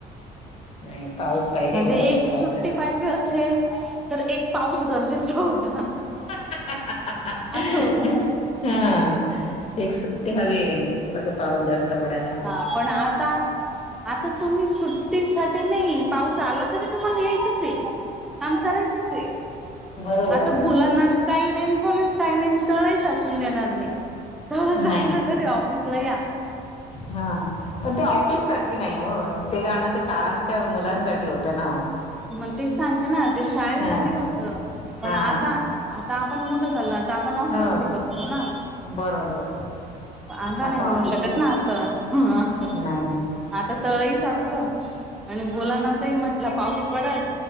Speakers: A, on the left; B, in the centre.
A: नाही पाऊस पाहिजेल
B: म्हणजे
A: हो
B: एक
A: पावसात
B: सुट्टी पाहिजे असेल, तर एक पाऊस गरजेच होता.
A: <unintelligible>
B: असं होत
A: हा एक सुट्टी हवीये. फक्त पाऊस जास्त पडायला हवा.
B: हा पण आता आता तुम्ही सुट्टीसाठी नाही. पाऊस आला तरी तुम्हाला यायचचे. काम करायचचे.
A: बरोबर
B: आता भोलानाथ काही नाहीन. कोणच काही नाही न. तळाही साचून देणार नाही. तळ साचलं
A: नाही नाही.
B: तरी ऑफिसला या.
A: हा पण ते ऑफिस साठी नाही हो. ते गाणं तर शाळांच्या मुलांसाठी होतं ना.
B: मग तेच सांगते ना. ते शाळेसाठी
A: हा
B: होत. पण
A: हा
B: आता आता आपण मोठं झालो. आता आपण ऑफिस
A: हो
B: हे करतो ना.
A: बरोबर
B: अता
A: आता
B: नाही म्हणू
A: ऑफिसला
B: शकत ना असं. ह अस.
A: नाही.
B: आता तळही साचलं. आणि बोलाना आताही म्हटला पाऊस पडल.